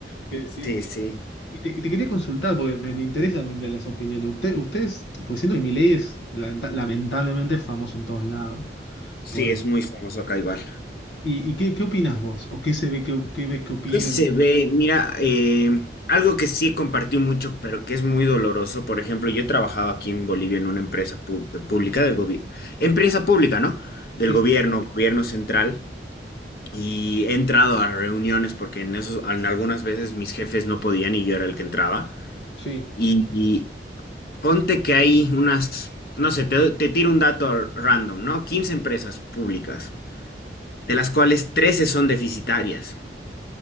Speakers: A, on the left (about 85°); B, on the left (about 55°).
A: ¿Qué decirte?
B: Sí, sí.
A: Y te, y te quería consultar porque me, me interesa también ver las opiniones. Usted, ustedes, pues siento que Milei es lamenta- lamentablemente es famoso en todos lados.
B: Sí,
A: Por,
B: es muy famoso acá igual.
A: ¿y, y qué, qué opinas vos? ¿O qué se ve, qué, qué ves que opinan?
B: ¿Qué se
A: de-
B: ve? Mira, eh, algo que sí compartí mucho, pero que es muy doloroso. Por ejemplo, yo he trabajado aquí en Bolivia en una empresa pu- eh, pública del gobierno, empresa pública, ¿no? Del
A: Sí,
B: gobierno, gobierno central. Y he entrado a reuniones porque en esos, en algunas veces mis jefes no podían y yo era el que entraba.
A: sí.
B: Y, y ponte que hay unas, no sé, te, doy- te tiro un dato random, ¿no? 15 empresas públicas, de las cuales 13 son deficitarias.